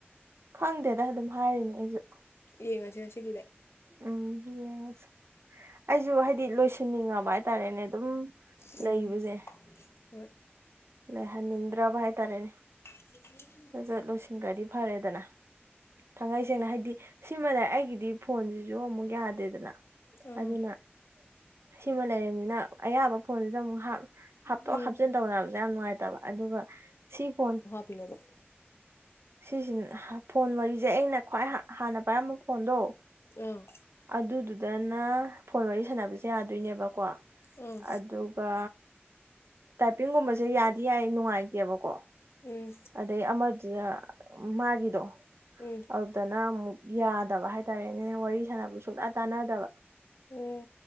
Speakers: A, on the right; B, on the left.
A: ꯈꯪꯗꯦꯗ ꯑꯗꯨꯝ ꯍꯥꯏꯔꯤꯅꯦ ꯑꯩꯖꯨ
B: ꯌꯦꯡꯉꯁ‌ꯦ ꯉꯁꯤꯒꯤꯗ
A: ꯎꯝ ꯌꯦꯡꯉꯁ ꯑꯩꯖꯨ ꯍꯥꯏꯗꯤ ꯂꯣꯏꯁꯤꯟꯅꯤꯡꯉꯕ ꯍꯥꯏꯇꯥꯔꯦꯅꯦ ꯑꯗꯨꯝ
B: ꯎꯝ
A: ꯂꯩꯕꯁꯦ
B: ꯍꯣꯏ
A: ꯂꯩꯍꯟꯅꯤꯡꯗ꯭ꯔꯕ ꯍꯥꯏꯇꯥꯔꯦꯅꯦ
B: <unintelligible>
A: ꯖꯠꯖꯠ ꯂꯣꯏꯁꯤꯟꯈ꯭ꯔꯗꯤ ꯐꯔꯦꯗꯅ ꯊꯥꯡꯒꯩ ꯁꯦꯡꯅ ꯍꯥꯏꯗꯤ ꯁꯤꯃꯂꯩꯔ ꯑꯩꯒꯤꯗꯤ ꯐꯣꯟꯁꯤꯁꯨ ꯑꯃꯨꯛ ꯌꯥꯗꯦꯗꯅ
B: ꯎꯝ
A: ꯑꯗꯨꯅ ꯁꯤꯃ ꯂꯩꯔꯤꯝꯅꯤꯅ ꯑꯌꯥꯕ ꯐꯣꯟꯗꯨꯗ ꯑꯃꯨꯛ ꯍꯥꯞ ꯍꯥꯞꯇꯣꯛ
B: ꯎꯝ
A: ꯍꯥꯞꯆꯤꯟ ꯇꯧꯅꯕꯖ‌ꯦ ꯌꯥꯝ ꯅꯨꯡꯉꯥꯏꯇꯕ ꯑꯗꯨꯒ ꯁꯤ ꯐꯣꯟ
B: ꯀꯩꯅꯣꯗ‌ꯣ
A: ꯁꯤꯁꯤꯍ ꯐꯣꯟ ꯋꯥꯔꯤꯁꯦ ꯑꯩꯅ ꯈ꯭ꯋꯥꯏ ꯍꯥ ꯍꯥꯟꯅ ꯄꯥꯏꯔꯝꯕ ꯐꯣꯟꯗꯣ
B: ꯑꯥ
A: ꯑꯗꯨꯗꯨꯗꯅ ꯐꯣꯟ ꯋꯥꯔꯤ ꯁꯥꯟꯅꯕꯁꯦ ꯌꯥꯗꯣꯏꯅꯦꯕꯀꯣ
B: <unintelligible> ꯎꯝ
A: ꯑꯗꯨꯒ ꯇꯥꯏꯄꯤꯡꯒꯨꯝꯕꯁꯦ ꯌꯥꯗꯤ ꯌꯥꯏ ꯅꯨꯡꯉꯥꯏꯇꯦꯕꯀꯣ
B: ꯎꯝ
A: ꯑꯗꯩ ꯑꯃꯗꯨꯅ ꯃꯥꯒꯤꯗꯣ
B: ꯎꯝ
A: ꯑꯗꯨꯗꯅ ꯑꯃꯨꯛ ꯌꯥꯗꯕ ꯍꯥꯏꯇꯥꯔꯦꯅꯦ ꯅ ꯋꯥꯔꯤ ꯁꯥꯟꯅꯕ ꯁꯨꯡꯇꯥ ꯇꯥꯟꯅꯗꯕ
B: ꯎꯝ